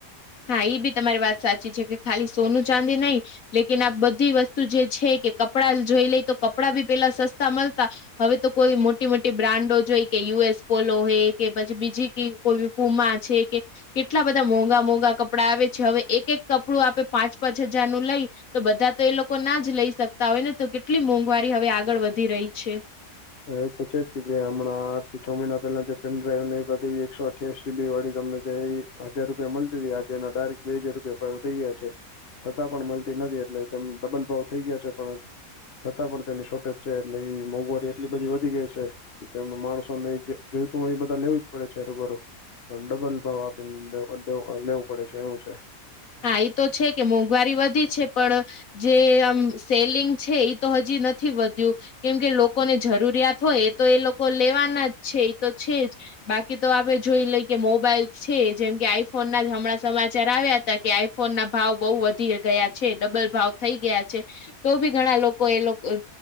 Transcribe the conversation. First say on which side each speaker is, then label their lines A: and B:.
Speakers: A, on the left; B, on the left.
A: હા એ બી તમારી વાત સાચી છે કે ખાલી સોનું ચાંદી નહી. લેકન આ બધી વસ્તુ જે છે કે કપડા જોઈ લઈ તો કપડાં બી પેલા સસ્તા મળતા. હવે તો કોઈ મોટી મોટી બ્રાન્ડો જોઈ કે યુએસ પોલો હોય કે પછી બીજી ક કોઈ પૂમા છે કે કેટલા બધા મોંઘા મોઘા. કપડાં આવે છે હવે એક એક કપડું આપે પાંચ પાંચ હજાર નું લઈ તો બધા તો એ લોકો ના જ લઈ શકતા હોય ને તો કેટલી મોંઘવારી હવે આગળ વધી રહી છે.
B: એ તો છે જ કે જે હમણાં થી છ મહિના પહેલા જે પેન ડ્રાઈવ ને એ બધી એકસો અઠ્યાસી જીબી વાળી તમને જે એ હજાર રૂપિયા મળતી હતી આજ એના ડાયરેક્ટ બે હજાર રૂપિયા થઈ ગયા છે. છતાં પણ મળતી નથી એટલે તેમ ડબલ ભાવ થઈ ગયા છે પણ થતાં પણ તો એની શોર્ટેજ છે એટલે એ મોંઘવારી એટલી બધી વધી ગઈ છે એમનું માણસો ને જોઈતું હોય એ બધા લેવી જ પડે છે હરબરું ડબલ ભાવ આપીને લેવું પડે છે એવું છે.
A: હા એ તો છે કે મોંઘવારી વધી છે પણ જે આમ સેલિંગ છે તો હજી નથી વધ્યું કેમ કે લોકોને જરૂરિયાત હોય એ તો એ લોકો લેવાના જ છે એ તો છે જ બાકી તો આપે જોઈ લઈ કે મોબાઈલ છે જેમ કે આઈફોન ના જ હમણાં સમાચાર આવ્યા હતા. કે આઈફોન ના ભાવ બઉુ વધી ગયા છે ડબલ ભાવ થઈ ગયા છે. તો ભી ઘણા લોકો એ લોકો